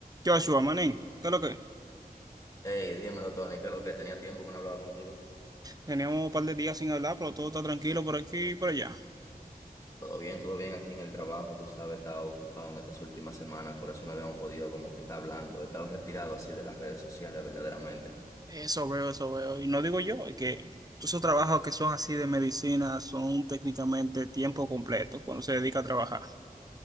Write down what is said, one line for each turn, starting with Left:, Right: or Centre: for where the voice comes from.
Right: Joshua, manín, ¿qué es lo que?
Left: Hey, dímelo, Tony, que lo que tenía tiempo que no hablaba contigo.
Right: Teníamos un par de días sin hablar, pero todo está tranquilo por aquí y por allá.
Left: Todo bien, todo bien aquí en el trabajo, tú sabes, estaba ocupado en estas últimas semanas, por eso no habíamos podido como que estar hablando, he estado retirado así de las redes sociales verdaderamente.
Right: Eso veo, eso veo. Y no digo yo, es que todos esos trabajos que son así de medicina son técnicamente tiempo completo cuando se dedica a trabajar.